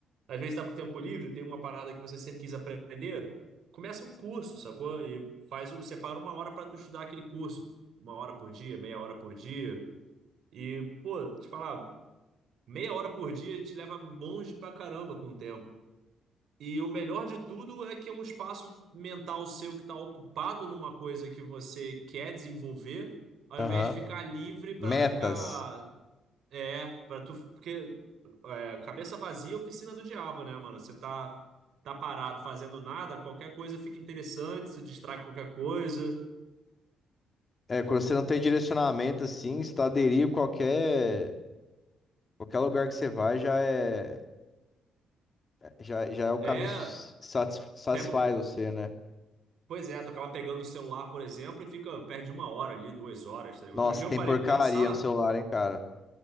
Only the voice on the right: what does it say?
Às vezes está com tempo livre, tem uma parada que você sempre quis aprender, começa um curso, sacou? E faz o, separa uma hora para tu estudar aquele curso, uma hora por dia, meia hora por dia. E, pô, te falar, meia hora por dia te leva longe pra caramba com o tempo. E o melhor de tudo é que é um espaço mental seu que está ocupado numa coisa que você quer desenvolver, ao
invés de ficar livre para
ficar. É, para tu. Porque é, cabeça vazia é oficina do diabo, né, mano? Você tá, tá parado fazendo nada, qualquer coisa fica interessante, se distrai com qualquer coisa.
É,
pego.
Pois é, tu acaba pegando o celular, por exemplo, e fica, perde uma hora ali, duas horas. tá ligado?
Outro dia eu
parei
para pensar.